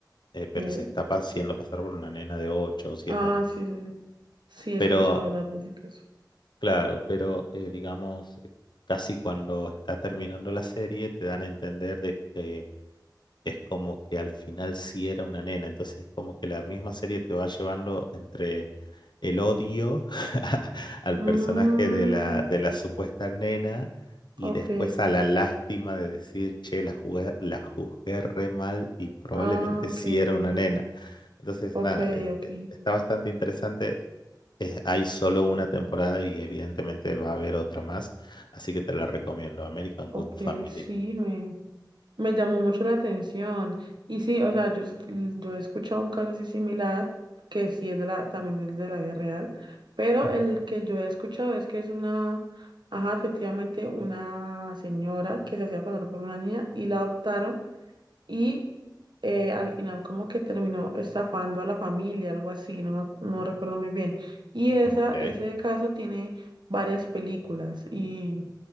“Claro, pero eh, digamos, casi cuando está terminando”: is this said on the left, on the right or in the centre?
Left